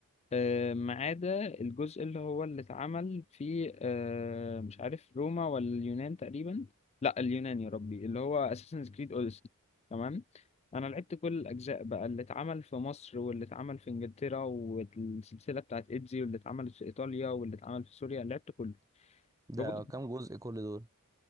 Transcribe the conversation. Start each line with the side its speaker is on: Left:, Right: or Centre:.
Left: آه، ما عدا الجزء اللي هو اللي اتعمل في آه، مش عارف روما ولا اليونان تقريبا لا اليونان يا ربي اللي هو اساسن كريد اوديسي تمام انا لعبت كل الاجزاء بقى اللي اتعمل في مصر واللي اتعمل في انجلترا والسلسله بتاعت ايدزي واللي اتعملت في ايطاليا واللي اتعمل في سوريا لعبت كله
Right: ده
Left: فبص،
Right: كام جزء كل دول